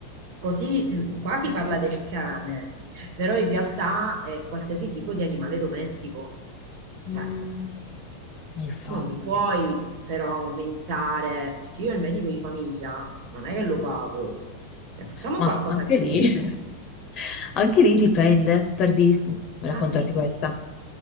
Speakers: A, on the right; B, on the left.
A: così l- qua si parla del cane, però in realtà è qualsiasi tipo di animale domestico. Cioè,
B: Mm, Ma infatti.
A: tu non mi puoi però aumentare, perché io il medico di famiglia non è che lo pago. Cioè, facciamo
B: Ma
A: qualcosa
B: anche
A: di simile.
B: lì, <laughs> anche lì dipende, per di... raccontarti
A: Ah sì?
B: questa.